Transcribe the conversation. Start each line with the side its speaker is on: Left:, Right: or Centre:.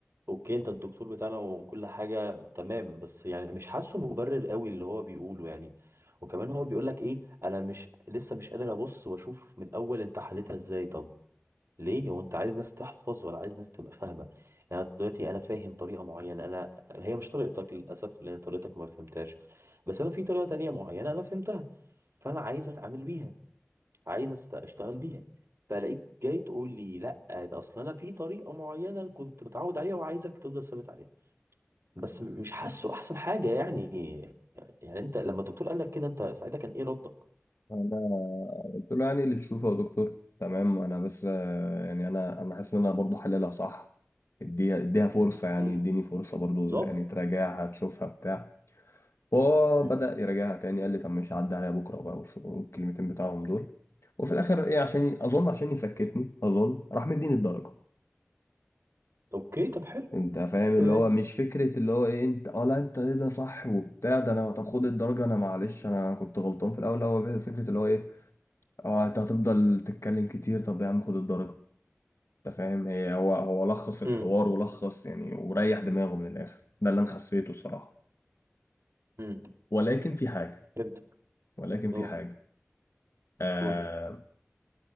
Right: اوكي انت الدكتور بتاعنا وكل حاجه تمام بس يعني مش حاسه مبرر قوي اللي هو بيقوله يعني وكمان هو بيقول لك ايه انا مش لسه مش قادر ابص واشوف من الاول انت حلتها ازاي طب ليه هو انت عايز ناس تحفظ ولا عايز ناس تبقى فاهمه يعني أنا دلوقتي انا فاهم طريقه معينه انا هي مش طريقتك للاسف لان طريقتك ما فهمتهاش بس انا في طريقه تانية معينه انا فهمتها فانا عايز اتعامل بيها عايز أست- اشتغل بيها فلاقيك جاي تقول لي لا ده اصل انا في طريقه معينه كنت متعود عليها وعايزك تفضل ثابت عليها بس م- مش حاسه احسن حاجه يعني يعني انت لما الدكتور قال لك كده انت ساعتها كان ايه ردك
Left: انا قلت له يعني اللي تشوفه يا دكتور تمام انا بس آه، يعني انا انا حاسس ان انا برضه حللها صح اديها اديها فرصة يعني
Right: امم
Left: اديني فرصة برضو
Right: بالظبط
Left: يعني تراجعها تشوفها بتاع هو
Right: مم.
Left: بدأ يراجعها تاني قال لي طب مش هعدي عليها بكرة بقى والش- والكلمتين بتاعهم دول وفي الآخر إيه عشان أظن عشان يسكتني أظن راح مديني الدرجة
Right: اوكي طب حلو
Left: أنت فاهم اللي
Right: يعني
Left: هو مش فكرة اللي هو إيه أنت أه لا أنت إيه ده صح وبتاع ده أنا طب خد الدرجة أنا معلش أنا كنت غلطان في الأول هو فكرة اللي هو إيه أه أنت هتفضل تتكلم كتير طب يا عم خد الدرجة أنت فاهم هي هو هو لخص الحوار
Right: امم
Left: ولخص يعني وريح دماغه من الآخر ده اللي أنا حسيته الصراحة
Right: امم
Left: ولكن في حاجة
Right: فهمت
Left: ولكن في
Right: اه
Left: حاجة آه
Right: قول لي.